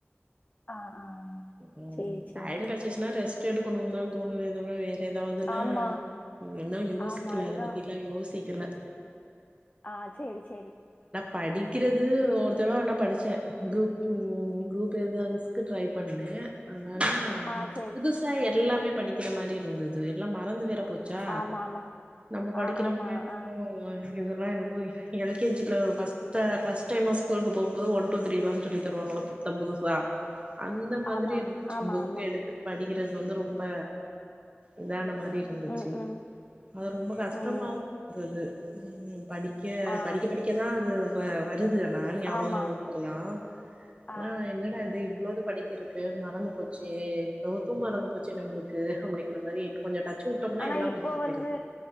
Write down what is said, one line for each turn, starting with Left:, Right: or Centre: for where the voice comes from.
Left: ஆ ஆ
Right: ம்
Left: சேரி சேரி
Right: டைம் கடைச்சசினா ரெஸ் த்து எடுக்கணுதா தோணுதே தவற ட்டு எதாவதுன்னா
Left: ஆமா
Right: இன்னு யோசிக்கல
Left: ஆமா அதுதான்
Right: அத பத்திலா யோசி தெர்ல
Left: ஆ சேரி சேரி
Right: படிக்கிறது ஒரு தடவ ஆனா படிச்சே குரூப்பு குரூப் எழுதவமீஸ்க்கு ட்ரைப் பண்ணே ஆ ஆனா
Left: ஆ சேரி
Right: புதுசா
Left: சேரி
Right: எல்லாமேப் படிக்கிற மாரி இருந்தது எல்லா மறந்து வேற போச்சா
Left: ஆமா ஆமா
Right: நம்ம படிக்கற
Left: ஆ ஆமா
Right: <inaudible>
Left: ஆ
Right: இதல்லா என்னமோ எல் கே ஜி ல ஃபஸ்ட் ட ஃபஸ்ட் டைமா ஸ்கூலுக்கு போகும் போது ஒன் டு த்ரீ எல்லாஞ் சொல்லி தருவாங்கல்ல புத்தம் புதுசா அந்த மாதிரி
Left: ஆமா
Right: இருந்துச்சு
Left: ஆமா
Right: புக்
Left: ஆமா
Right: எடுத்து படிக்கறது வந்து ரொம்ப இதான மா ரி இருந்துச்சு
Left: ம் ம்
Right: அது ரொம்ப கஷ்டமாவு
Left: ம்
Right: இருந்துது செரிங் தோழி படிக்க
Left: ஆ
Right: படிக்க படிக்கதா அது வ வருது ன ஞாபகோ
Left: ஆமா
Right: வர்தல்லா ஆனா
Left: ஆ
Right: என்னடா இது இவ்ளோ இது படிக்கறக்கு மறந்து போச்சே இவ்ளோ இது மறந்து போச்சே நம்பளுக்கு அப்டிங்ற மாரி கொஞ்சோ டச்சு விட்டோம்னா
Left: ஆனா
Right: எல்லா
Left: இப்போ
Right: மறந்து
Left: வந்து
Right: போயிரு